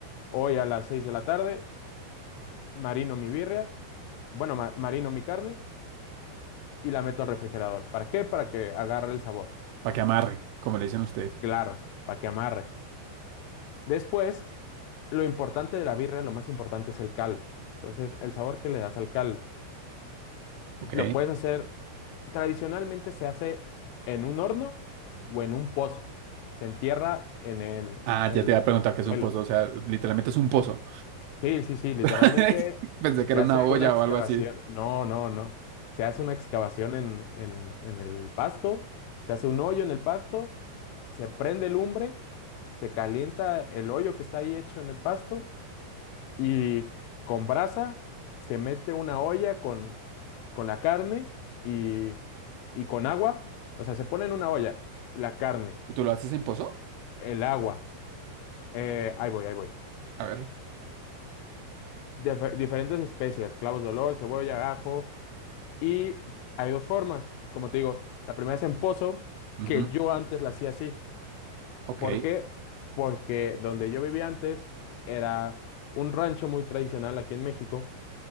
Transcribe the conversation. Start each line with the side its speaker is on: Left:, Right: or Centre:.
Left: hoy a las 6 de la tarde marino mi birria, bueno, ma- marino mi carne y la meto al refrigerador. ¿Para qué? Para que agarre el sabor.
Right: Para que amarre, como le dicen ustedes.
Left: Claro, para que amarre. Después, lo importante de la birria, lo más importante es el cal. Entonces, el sabor que le das al cal. Lo
Right: Ok.
Left: puedes hacer, tradicionalmente se hace en un horno o en un pozo. Se entierra en el,
Right: Ah,
Left: en
Right: ya te
Left: el
Right: iba a preguntar qué es
Left: suelo.
Right: un pozo. O sea, literalmente es un pozo.
Left: Sí, sí, sí, literalmente
Right: <laughs> Pensé que
Left: se
Right: era
Left: hace
Right: una olla
Left: una excavación.
Right: o algo así.
Left: No, no, no. Se hace una excavación en, en, en el pasto, se hace un hoyo en el pasto, se prende lumbre, se calienta el hoyo que está ahí hecho en el pasto y con brasa se mete una olla con, con la carne y, y con agua. O sea, se pone en una olla la carne,
Right: ¿Y tú lo haces en pozo?
Left: el agua. eh, ahí voy, ahí voy.
Right: A ver.
Left: Dife- diferentes especias, clavos de olor, cebolla, ajo Y hay dos formas, como te digo, la primera es en pozo,
Right: ujú,
Left: que yo antes la hacía así.
Right: Ok,
Left: ¿Por qué? Porque donde yo vivía antes era un rancho muy tradicional aquí en México